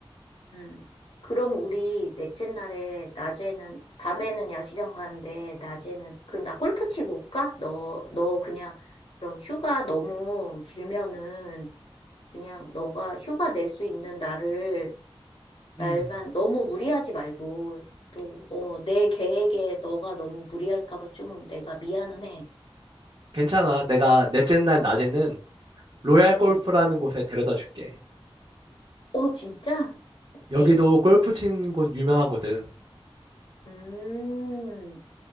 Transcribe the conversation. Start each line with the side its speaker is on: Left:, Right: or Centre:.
Left: 음. 그럼 우리 넷째 날에, 낮에는, 밤에는 야시장 가는데, 낮에는, 그럼 나 골프 치고 올까? 너, 너 그냥, 그럼 휴가 너무 길면은, 그냥 너가 휴가 낼 수 있는 날을
Right: 음.
Left: 날만 너무 무리하지 말고 또, 어, 내 계획에 너가 너무 무리할까 봐 좀 내가 미안은 해.
Right: 괜찮아. 내가 넷째 날 낮에는 로얄 골프라는
Left: 응.
Right: 곳에 데려다 줄게.
Left: 어, 진짜? 오케이.
Right: 여기도 골프 치는 곳 유명하거든.
Left: 음,